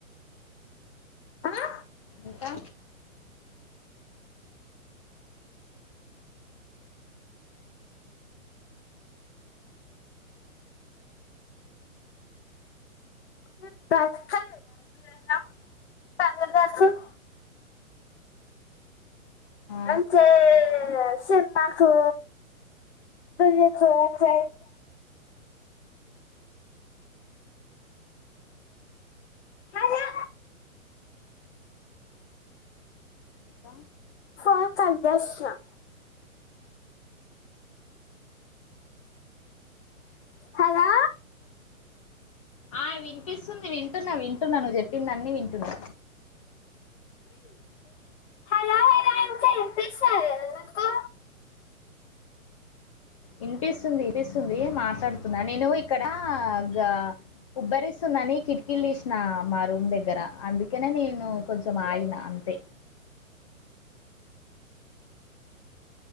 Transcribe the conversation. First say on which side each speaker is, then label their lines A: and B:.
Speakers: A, on the left; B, on the left.
A: ఆ
B: ఇంకా
A: <unintelligible>
B: ఆ
A: అంటే సినిమాకు తజ చోర చ హలో
B: ఇంకా
A: ఫోన్ కట్ చేస్తున్న హలో
B: ఆ వినిపిస్తుంది వింటున్నా వింటున్నా నువ్వు చెప్పిందన్నిీ వింటున్నా
A: హలో అని అంటే వినిపిస్తా లేదా నీకు
B: ఇనిపిస్తుంది ఇనిపిస్తుంది మాట్లాడుతున్నా నేను ఇక్కడ ఆ గ ఉబ్బరిస్తుందని కిటికీలు ఇసిన మా రూమ్ దగ్గర అందుకనే నేను కొంచెం ఆగిన అంతే